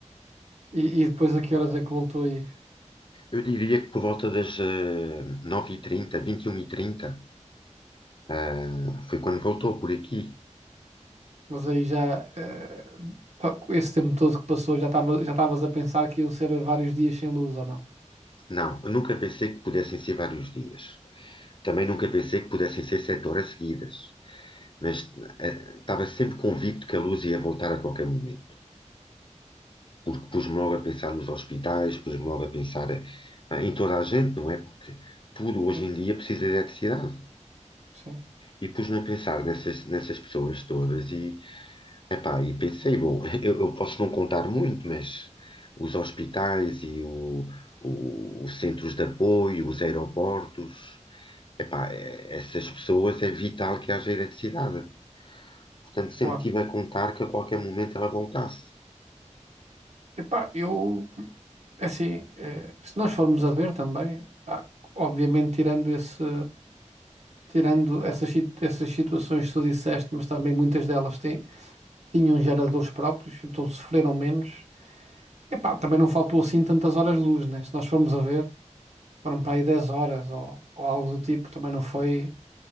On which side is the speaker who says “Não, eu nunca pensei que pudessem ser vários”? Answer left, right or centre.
Left